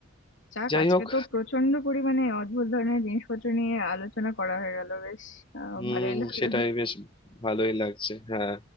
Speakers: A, on the left; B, on the left.
A: যাক
B: যাই
A: আজকে
B: হোক
A: তো প্রচন্ড পরিমাণে অদ্ভুত ধরনের জিনিসপত্র নিয়ে আলোচনা করা হয়ে গেল বেশ আহ
B: হুম
A: ভালোই লাগলো
B: সেটাই বেশ ভালোই লাগছে হ্যাঁ